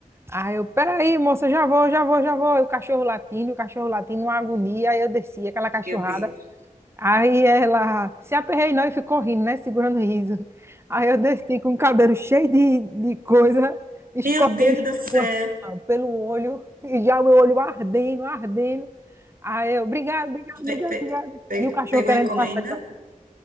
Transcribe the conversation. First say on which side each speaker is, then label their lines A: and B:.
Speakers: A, on the right; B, on the right.
A: Aí eu, peraí, moça, já vou, já vou, já vou. E o cachorro latindo, o cachorro latindo, uma agonia. Aí eu desci, aquela cachorrada.
B: Meu Deus.
A: Aí ela se aperreinou e ficou rindo, né? Segurando o riso. Aí eu desci com o cabelo cheio de, de coisa, escorrendo
B: Meu Deus
A: shampoo
B: do céu.
A: assim, ó, pelo olho, e já o meu olho ardendo, ardendo. Aí eu, obrigado, obrigado, obrigado,
B: Pe- pe-
A: obrigado.
B: pe-
A: E o cachorro
B: pegou
A: querendo
B: a encomenda?
A: passar. ele